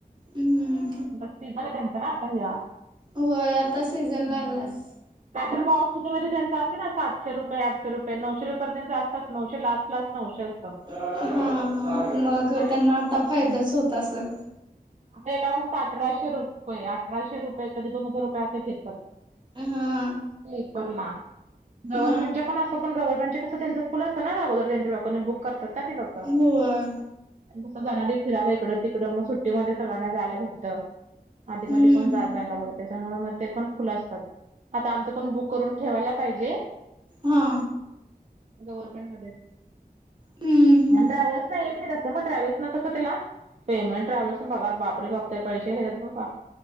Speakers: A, on the right; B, on the right.
A: हम्म
B: मग सिझन हे ना त्यांच आता ह्या,
A: होय आता सीझन
B: हम्म.
A: लागलास.
B: नाहीतर मग ऑफ सिझनमध्ये त्यांच असंत ना सातशे रुपये, आठशे रुपये, नऊशे रु तर त्यानंच असतात नऊशे लास्ट लास्ट नऊशे अस
A: हम्म हम्म मग त्यांना
B: फक्त
A: आता
B: पंधरा.
A: फायदाच होत असल.
B: आता एकाला अठराशे रुपये, अठराशे रुपये कधी दोन हजार रुपये असं घेतात. स्लीपरला
A: हा
B: गव्हर्मेंटच्या
A: हा
B: पण पण गव्हर्नमेंटच्या त्यांच फुल असं ना अगोदर त्यांच्या रेंज लोकांनी बुक करतात ना ते लोक.
A: होय
B: जसं जाणारी फिरायला इकडं तिकडं मग सुट्टीमध्ये सगळ्यांना जायला भेटतं. आधी
A: हम्म
B: मधी कोण जात जायला बगत नाही त्याच्यामुळे मग ते पण फुल असतात. आता आमचं पण बुक करून ठेवायला पाहिजे.
A: हा
B: गव्हर्नमेंट मध्येत
A: हम्म
B: मग ट्रॅव्हल्स न येत बीत अस मग ट्रॅव्हल्स न कसं त्याला पेमेंट ट्रॅव्हल्स पगार बापरे बाप ते पैसे घेतात बाबा.